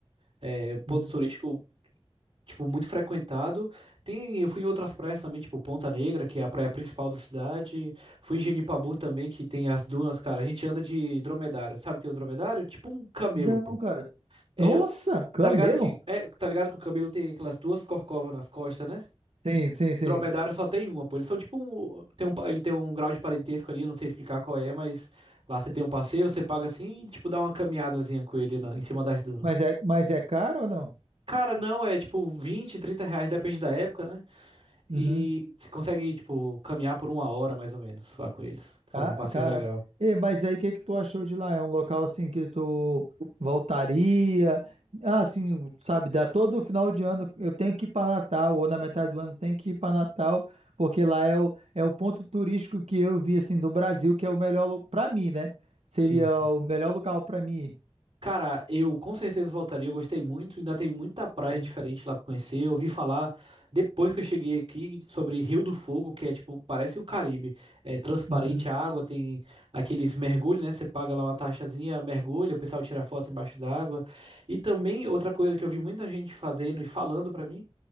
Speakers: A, on the right (about 55°); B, on the right (about 85°).
A: É um ponto
B: Uhum.
A: turístico tipo, muito frequentado. Tem, eu fui em outras praias também, tipo Ponta Negra, que é a praia principal da cidade. Fui em Genipabu também, que tem as dunas, cara. A gente anda de dromedário. Sabe o que é o dromedário? Tipo um camelo,
B: Não,
A: pô.
B: cara.
A: É,
B: Nossa, Camelo?
A: tá ligado que é, tá ligado que o camelo tem aquelas duas corcovas nas costas, né?
B: Sim, sim, sim.
A: Dromedário só tem uma, pô. Eles são tipo um, tem um, pa- ele tem um grau de parentesco ali, eu não sei explicar qual é, mas lá você tem um passeio, você paga assim e tipo dá uma caminhadazinha com ele na- em cima das dunas.
B: Mas é, mas é caro ou não?
A: Cara, não, é tipo 20 30 reais, depende da época, né?
B: Uhum.
A: E você consegue, tipo, caminhar por uma hora mais ou menos lá com eles. Fazer
B: Ca-
A: um passeio
B: Caraca.
A: legal.
B: E, mas aí, o que que tu achou de lá? É um local assim que tu voltaria? Ah, assim, sabe, dá todo final de ano eu tenho que ir para Natal, ou na metade do ano eu tenho que ir para Natal, porque lá é o, é o ponto turístico que eu vi assim do Brasil, que é o melhor para mim, né? Seria
A: Sim, sim.
B: o melhor lugar para mim.
A: Cara, eu com certeza voltaria. Eu gostei muito. Ainda tem muita praia
B: Uhum.
A: diferente lá pra conhecer. Eu ouvi falar, depois que eu cheguei aqui, sobre Rio do Fogo, que é tipo, parece o Caribe. É transparente
B: Uhum.
A: a água, tem aqueles mergulhos, né? Você paga lá uma taxazinha, mergulha, o pessoal tira foto embaixo d'água. E também outra coisa que eu vi muita gente fazendo e falando pra mim.